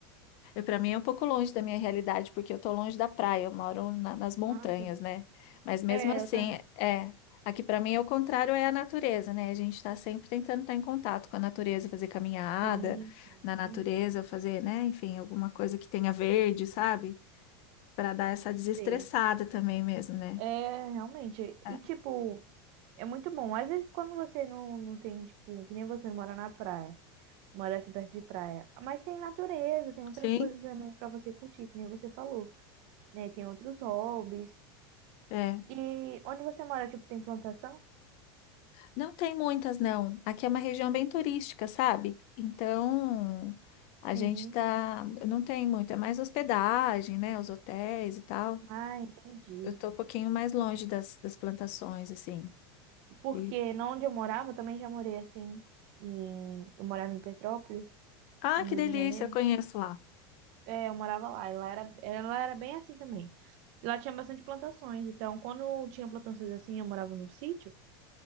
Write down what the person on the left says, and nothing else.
Para mim é um pouco longe da minha realidade, porque eu tô longe da praia, eu moro na- nas montanhas,
né? Mas mesmo
assim,
é. Aqui para mim é o contrário, é a natureza, né? A gente está sempre tentando estar em contato com a natureza, fazer caminhada
na natureza,
fazer, né? Enfim, alguma coisa que tenha verde, sabe? Para dar essa desestressada
também mesmo, né?
É.
Sim,
é.
Não tem muitas, não. Aqui é uma região bem turística, sabe? Então, a gente
tá. Não tem muito, é mais hospedagem, né? Os hotéis e tal.
Eu tô um pouquinho mais longe das, das plantações, assim.
E...
Ah,
que
delícia,
eu conheço lá.